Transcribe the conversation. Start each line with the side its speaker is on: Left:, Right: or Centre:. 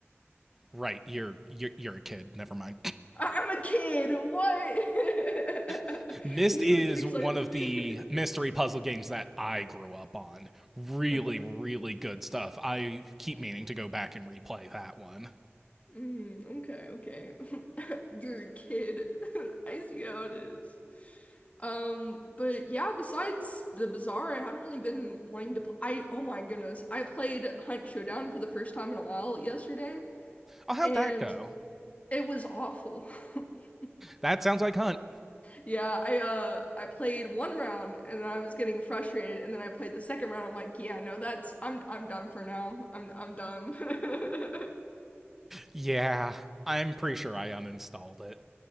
Centre: Right, you're you're, you're a kid. Never mind.
Left: I I'm a kid. What?
Centre: <laughs>
Left: <laughs>
Centre: Mist
Left: Can you
Centre: is
Left: can you explain
Centre: one
Left: it
Centre: of
Left: to
Centre: the
Left: me? <laughs>
Centre: mystery puzzle games that I grew up on. Really,
Left: Okay.
Centre: really good stuff. I keep meaning to go back and replay that one.
Left: Mm, okay. Okay. <laughs> You're a kid. <laughs> I see how it is. Um, but yeah, besides the Bazaar, I haven't really been wanting to pl I oh my goodness. I played Hunt Showdown for the first time in a while yesterday,
Centre: Oh, how'd
Left: and
Centre: that go?
Left: it was awful. <laughs>
Centre: That sounds like Hunt.
Left: Yeah, I uh I played one round and then I was getting frustrated and then I played the second round. I'm like, yeah, no, that's I'm I'm done for now. I'm I'm done. <laughs>
Centre: Yeah, I'm pretty sure I uninstalled it.